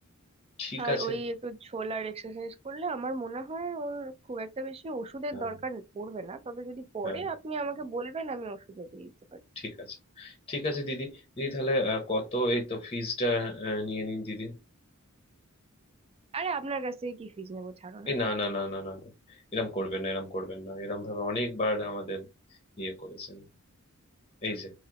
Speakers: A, on the left (about 25°); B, on the right (about 25°).
A: ঠিক
B: আর
A: আছে
B: ওই একটু ছোলার এক্সারসাইজ করলে আমার মনে হয় ওর খুব একটা বেশি ওষুধের
A: হ্যাঁ
B: দরকার পড়বে না তবে যদি পড়ে
A: হ্যাঁ
B: আপনি আমাকে বলবেন আমি ওষুধও দিয়ে দিতে পারি
A: ঠিক আছে ঠিক আছে দিদি দিদি তাহলে আহ, কত এই তো ফিজটা নিয়ে নিন দিদি
B: আরে আপনার কাছ থেকে কি ফিজ নেবো ছাড়ুন
A: এই
B: আপনি
A: না না না না না না এরম করবেন না এরম করবেন না এরম ভাবে অনেকবার আমাদের ইয়ে করেছেন এই যে